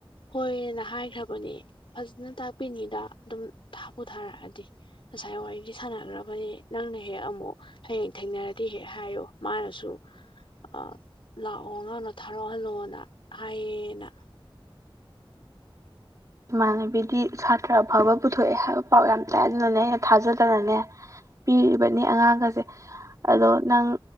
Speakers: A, on the left; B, on the right.
A: ꯍꯣꯏ ꯑꯥꯅ ꯍꯥꯏꯈ꯭ꯔꯕꯅꯦ ꯐꯖꯅ ꯇꯥꯛꯄꯤꯅꯤꯗ ꯑꯗꯨꯝ ꯊꯥꯕꯨ ꯊꯥꯔꯛꯑꯗꯤ ꯉꯁꯥꯏ ꯋꯥꯔꯤꯖꯨ ꯁꯥꯟꯅꯈ꯭ꯔꯕꯅꯦ ꯅꯪꯅ ꯍꯦꯛ ꯑꯃꯨꯛ ꯍꯌꯦꯡ ꯊꯦꯡꯅꯔꯗꯤ ꯍꯦꯛ ꯍꯥꯏꯌꯣ ꯃꯥꯅꯁꯨ ꯑ ꯂꯥꯛꯑꯣ ꯑꯉꯥꯡꯗꫭ ꯊꯥ <unintelligible> ꯍꯜꯂꯣꯅ ꯍꯥꯏꯌꯦꯅ
B: ꯏꯃꯥꯟꯅꯕꯤꯗꯤ ꯁꯥꯇ꯭ꯔ ꯑꯐꯕ ꯄꯨꯊꯣꯛꯑꯦ ꯍꯥꯏꯕ ꯄꯥꯎ ꯌꯥꯝ ꯇꯥꯏ ꯑꯗꯨꯅꯅꯦ ꯑꯩꯅ ꯊꯥꯖꯗꯅꯅꯦ ꯄꯤꯔꯤꯕꯅꯤ ꯑꯉꯥꯡꯒꯖꯩ ꯑꯗꯣ ꯅꯪ